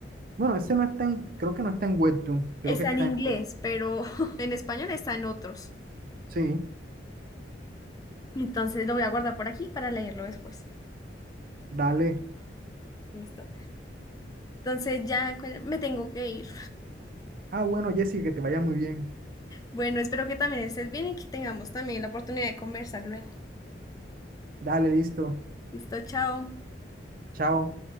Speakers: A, on the right; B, on the left.
A: Bueno, ese no está en, creo que no está en Webtoon,
B: Está
A: creo que está
B: en inglés,
A: en...
B: pero <laughs> en español está en otros.
A: Sí,
B: Entonces lo voy a guardar por aquí para leerlo después.
A: dale.
B: Listo. Entonces ya cu- me tengo que ir.
A: Ah, bueno, Jessica, que te vaya muy bien.
B: Bueno, espero que también estés bien y que tengamos también la oportunidad de conversar luego.
A: Dale, listo.
B: Listo, chao.
A: Chao.